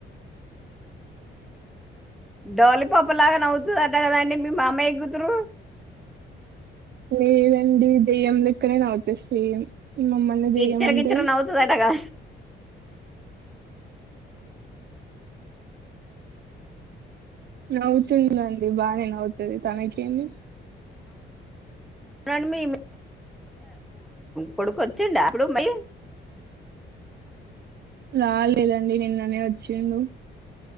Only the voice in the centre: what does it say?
డోలిపాప లాగా నవ్వుతుందట కదండడి మీ మా మామయ్య కుతురు
కిచర్
కిచర్ నవుతదట గా
<unintelligible> అండి మీ కొడుకు వచ్చండి అప్పుడు మళ్ీ